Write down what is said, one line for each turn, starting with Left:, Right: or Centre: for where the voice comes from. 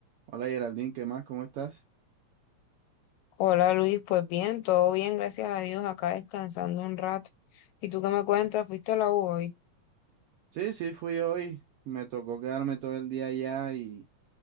Right: Hola Geraldine, ¿qué más? ¿Cómo estás?
Left: Hola Luis, pues bien, todo bien, gracias a Dios, acá descansando un rato. ¿Y tú qué me cuentas? ¿Fuiste a la U hoy?
Right: Sí, sí, fui hoy. Me tocó quedarme todo el día allá y,